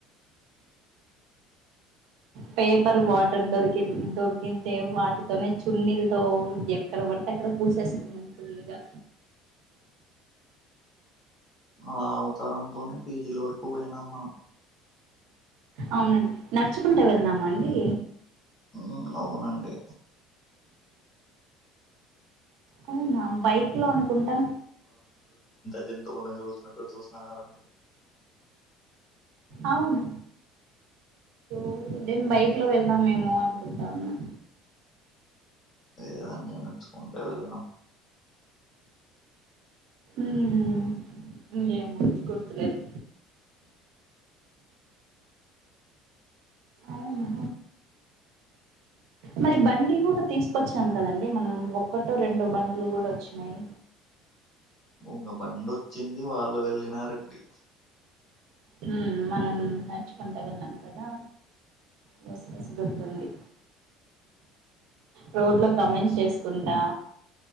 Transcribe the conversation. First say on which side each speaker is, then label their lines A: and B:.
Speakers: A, on the right (about 70°); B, on the left (about 25°).
A: పేపర్ వాటర్ దొరికి దొరికితే వాటితోనే చున్నీలతో ఎక్కడ పడితే అక్కడ పూసేసుకున్నాం ఫుల్గా
B: ఆ అవతారం లోనే పీజ లోరు. ఉహేనం మనం.
A: అవునండి, నడుచుకుంటా వెళ్లిన మా అండి.
B: అ అవునండి.
A: అవునా బైక్ లో అనుకుంటా.
B: జంతువులని చూసినట్టు చూస్తున్నా రండి.
A: అవును. ఉమ్ య్యోదేం బైక్. ఇట్లో వెళ్ళినం అనుకుంటా ఉన్నా.
B: ఇలానే నడుచుకుంటా వెళ్ళినం.
A: ఊమ్ ఉ యేమో గుర్తు లేదు. అవునా. మరి బండి కూడా తీసుకొచ్చాం కదండి మనం, ఒక్కటో రెండో బండ్లు కూడా వొచ్చినాయి.
B: ఒక బందోచింది, వాళ్ళు వెళ్ళినారండి.
A: ఉమ్ మనం నడుచుకుంటా వెళ్ళినం కదా, బస్ బస్ గుర్తుంది, రోడ్ లో కమెన్స్ చేసుకుంటా,